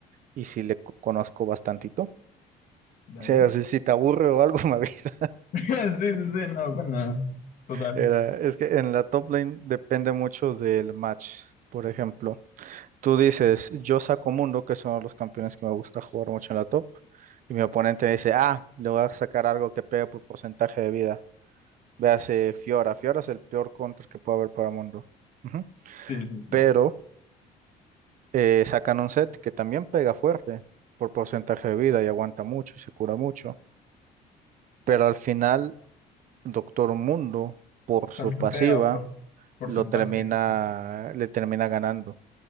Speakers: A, on the right; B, on the left.
A: y sí le co- conozco bastantito.
B: dale.
A: O sea, si,
B: <laughs>
A: si te aburre o algo <laughs> me avisa.
B: Sí, sí, sí, no, pues nada. Total.
A: Era- es que en la top lane depende mucho del match. Por ejemplo, Tú dices, yo saco Mundo, que son los campeones que me gusta jugar mucho en la top. Y mi oponente dice, ah, le voy a sacar algo que pegue por porcentaje de vida. Véase Fiora. Fiora es el peor counter que puede haber para Mundo. Ujú.
B: Sí, sí, sí.
A: Pero eh, sacan un set que también pega fuerte por porcentaje de vida y aguanta mucho y se cura mucho. Pero al final, Doctor Mundo, por su
B: También
A: pasiva,
B: pega por porcentaje.
A: lo termina, le termina ganando.